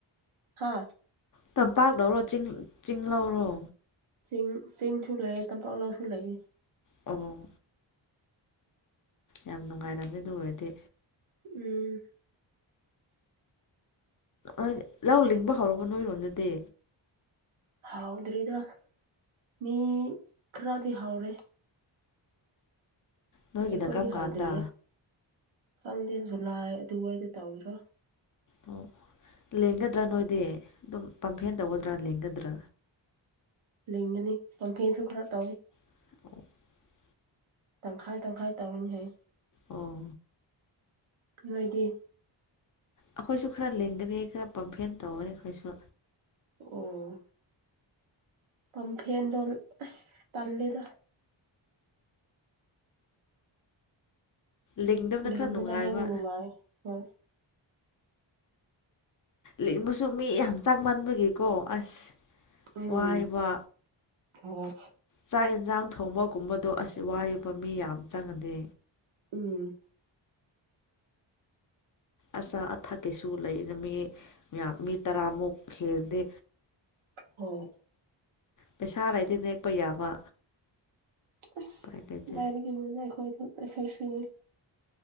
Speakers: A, on the right; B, on the left.
A: ꯍꯥ
B: ꯇꯝꯄꯥꯛ ꯂꯧꯔꯣ ꯆꯤꯡ ꯆꯤꯡ ꯂꯧꯔꯣ
A: ꯆꯤꯡ ꯆꯤꯡꯁꯨ ꯂꯩꯌꯦ ꯇꯝꯄꯥꯛꯂꯥꯎꯁꯨ ꯂꯩꯌꯦ
B: ꯑꯣ ꯌꯥꯝ ꯅꯨꯡꯉꯥꯏꯔꯝꯅꯤ ꯑꯗꯨ ꯑꯣꯏꯔꯗꯤ
A: ꯎꯝ
B: ꯑꯩ ꯂꯧ ꯂꯤꯡꯕ ꯍꯧꯔꯕꯣ ꯅꯣꯏꯔꯣꯝꯗꯗꯤ
A: ꯍꯥꯎꯗ꯭ꯔꯤꯗ ꯃꯤ ꯈꯔꯗꯤ ꯍꯧꯔꯦ
B: ꯅꯣꯏꯒꯤꯅ
A: ꯑꯩꯈꯣꯏꯗꯤ
B: ꯀꯔꯝ
A: ꯍꯥꯎꯗ꯭ꯔꯤꯌꯦ
B: ꯀꯥꯟꯗ
A: ꯈꯪꯗꯦ ꯖꯨꯂꯥꯏ ꯑꯗꯨꯋꯥꯏꯗ ꯇꯧꯒꯦꯔꯣ
B: ꯑꯣ ꯂꯤꯡꯒꯗ꯭ꯔꯥ ꯅꯣꯏꯗꯤ ꯑꯗꯨꯝ ꯄꯝꯐꯦꯟ ꯇꯧꯒꯗ꯭ꯔꯥ ꯂꯤꯡꯒꯗ꯭ꯔꯥ
A: ꯂꯤꯡꯒꯅꯤ ꯀꯝꯐꯦꯟꯁꯨ ꯈꯔ ꯇꯧꯋꯤ
B: <unintelligible>
A: ꯇꯪꯈꯥꯏ ꯇꯪꯈꯥꯏ ꯇꯧꯅꯤ ꯍꯥꯏ
B: ꯑꯣ
A: ꯅꯣꯏꯗꯤ
B: ꯑꯩꯈꯣꯏꯁꯨ ꯈꯔ ꯂꯦꯡꯒꯅꯤ ꯈꯔ ꯄꯝꯐꯦꯟ ꯇꯧꯋꯦ ꯑꯩꯈꯣꯏꯁꯨ
A: ꯑꯣ ꯄꯝꯐꯦꯟꯗꯣ ꯑꯁ ꯇꯜꯂꯤꯗ
B: ꯂꯤꯡꯗꯕꯅ
A: ꯂꯤꯡꯕꯅ
B: ꯈꯔ ꯅꯨꯡꯉꯥꯏꯕ
A: ꯍꯦꯟꯅ ꯅꯨꯡꯉꯥꯏ ꯍꯣꯏ
B: ꯂꯤꯡꯕꯁꯨ ꯃꯤ ꯌꯥꯝ ꯆꯡ ꯃꯟꯕꯒꯤꯀꯣ ꯑꯁ
A: ꯎꯝ
B: ꯋꯥꯏꯕ
A: ꯍꯣꯏ
B: ꯆꯥꯛ ꯌꯦꯟꯁꯥꯡ ꯊꯣꯡꯕꯒꯨꯝꯕꯗꯣ ꯑꯁ ꯋꯥꯌꯦꯕ ꯃꯤ ꯌꯥꯝ ꯆꯪꯉꯗꯤ
A: ꯎꯝ
B: ꯑꯆꯥ ꯑꯊꯛ ꯀꯤꯁꯨ ꯂꯩꯅ ꯃꯤ ꯃꯌꯥꯝ ꯃꯤ ꯇꯔꯥꯃꯨꯛ ꯍꯦꯟꯗꯤ
A: ꯍꯣꯏ
B: ꯄꯩꯁꯥ ꯂꯩꯗꯤ ꯅꯦꯛꯄ ꯌꯥꯕ
A: ꯑꯁ
B: ꯎꯄꯥꯏ ꯂꯩꯇꯦ
A: ꯀꯗꯥꯏꯗꯒꯤꯅꯣꯗ ꯑꯩꯈꯣꯏꯁꯨ <unintelligible>